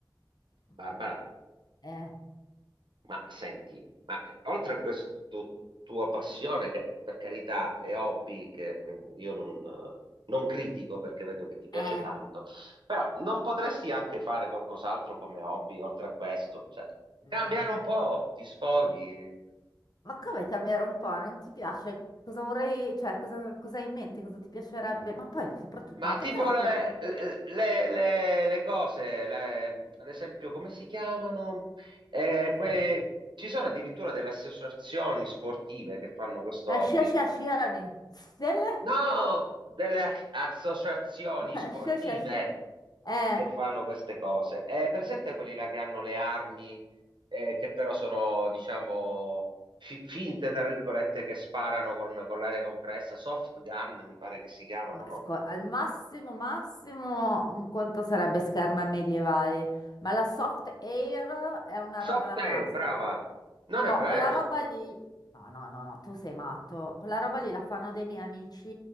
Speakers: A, on the left; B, on the right.
A: Mm.
B: Barbara,
A: Eh,
B: ma senti, ma eh, oltre a questa tua passione, che per carità è hobby, che mm, io non, eh, non critico perché vedo che ti piace
A: eh,
B: tanto, però non potresti anche fare qualcos'altro come hobby oltre a questo? Cioè,
A: mm.
B: cambiare un po', ti sfoghi.
A: Ma come cambiare un po'? Non ti piace? Cosa vorrei, cioè, cosa, cosa hai in mente? Cosa ti piacerebbe? Ma poi, soprattutto,
B: Ma
A: ma perché
B: tipo
A: non
B: le,
A: te lo prendi?
B: le- le- le cose, le- ad esempio, come si chiamano? Eh,
A: Che
B: que-
A: cosa?
B: ci sono addirittura delle associazioni sportive che fanno questo
A: La
B: hobby.
A: sciasciazione. Stelle?
B: No, delle associazioni
A: <laughs> La
B: sportive
A: sciasciazione. Eh,
B: che fanno queste cose. È presente quelli là che hanno le armi, eh, che però sono, diciamo, fi- finte, tra virgolette, che sparano con, con l'aria compressa, soft gun, mi pare che si chiamano,
A: ma
B: no?
A: scu- al massimo, massimo, un conto sarebbe scherma medievale. Ma la soft air è una
B: Soft
A: roba da
B: Air,
A: maschi.
B: brava. Non
A: No,
B: è vero.
A: quella roba lì... No, no, no, no, tu sei matto. Quella roba lì la fanno dei miei amici